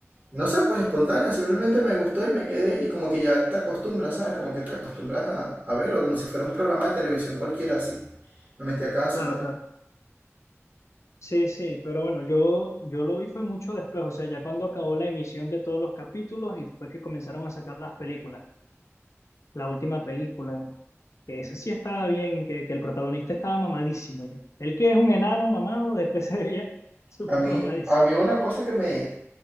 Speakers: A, on the right; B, on the left.
A: no sé, pues espontáneo. Simplemente me gustó y me quedé. Y como que ya te acostumbras, ¿sabes? Como que te acostumbras a, a verlo, como si fuera un programa de televisión cualquiera así. Me metía cada semana.
B: claro, claro. Sí, sí, pero bueno, yo, yo lo vi fue mucho después, o sea, ya cuando acabó la emisión de todos los capítulos y fue que comenzaron a sacar las películas, la última película, que esa sí estaba bien, que, que el protagonista estaba mamadísimo ya. El que es un enano mamado, después <laughs> se veía súper
A: A mí,
B: mamadísimo.
A: a mí una cosa que me,